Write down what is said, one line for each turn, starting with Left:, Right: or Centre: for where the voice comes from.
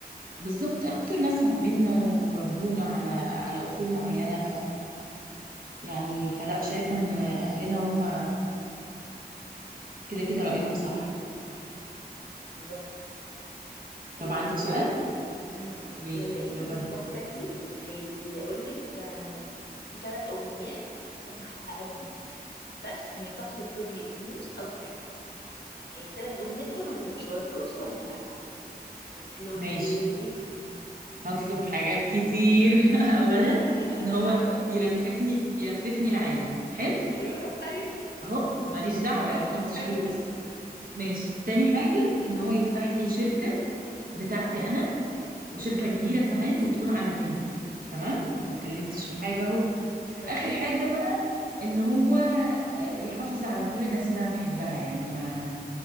Right: بالظبط
Left: طيب
Right: اكتر ناس فاهميننا وربونا على على اصول معينه يعني فلا شايفة ان اهلنا هم كده كده رأيهم صح
Left: بالظبط طيب
Right: طب عندك
Left: هسألك
Right: سؤال
Left: حاجة امم
Right: ماشي
Left: لو لقيتي
Right: يلا
Left: مصباح
Right: بينا.
Left: سحري هيقول لك كان في ثلاث أمنيات أنا هحققهم لك بس ما ينفعش تطلبي فلوس أو صحة يعني الثلاث أمنيات دول ما فيهمش ولا فلوس ولا صحة تطلبي
Right: ماشي
Left: إيه؟
Right: هطلب حاجات كتير <laughs> اولا
Left: <laughs>
Right: ان هو
Left: أيوه
Right: يلففني يلففني العالم حلو
Left: أيوه أيوه
Right: اهو ماليش دعوة
Left: حلو
Right: انا ما قلتش
Left: حلو
Right: فلوس
Left: ده
Right: ماشي تاني حاجة ان هو يفتح لي شركة بتاعتي انا وشركة كبيرة كمان وتكون عالمية تمام
Left: امم
Right: ما اتكلمتش
Left: امم
Right: في حاجة اهو
Left: تمام
Right: اخر حاجة بقى ان هو آه، يحافظ على كل الناس اللي انا بحبها يعني ما